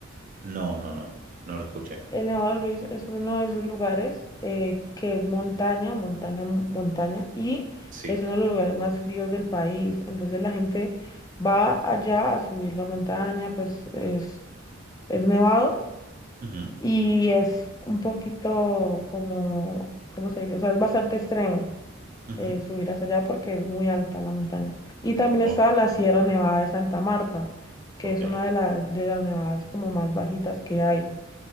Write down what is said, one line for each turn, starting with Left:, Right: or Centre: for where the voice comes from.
Right: No, no, no, no lo escuché.
Left: El Nevado del Ruiz es uno de esos lugares eh, que es montaña, montaña, mon- montaña, y
Right: Sí.
Left: es uno de los lugares más fríos del país. Entonces la gente va allá a subir la montaña, pues es, es nevado
Right: Ujú,
Left: y es un poquito como, ¿cómo se dice? O sea, es bastante extremo
Right: ujú.
Left: eh, subir hasta allá porque es muy alta la montaña. Y también
Right: Wow,
Left: está la Sierra Nevada de Santa Marta, que
Right: ok.
Left: es una de las, de las nevadas como más bajitas que hay.